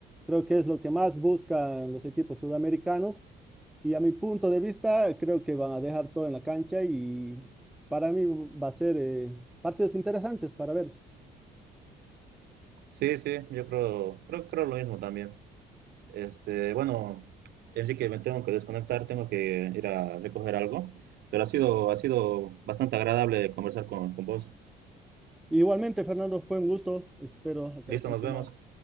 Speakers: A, in the centre; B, on the right.
A: Creo que es lo que más buscan los equipos sudamericanos y a mi punto de vista creo que van a dejar todo en la cancha y para mí va a ser eh, partidos interesantes para verlos.
B: Sí, sí, yo creo, creo, creo lo mismo también. Este, bueno, Enrique, me tengo que desconectar, tengo que ir a recoger algo, pero ha sido, ha sido bastante agradable conversar con, con vos.
A: Igualmente, Fernando, fue un gusto, espero hasta
B: Listo,
A: la próxima.
B: nos vemos.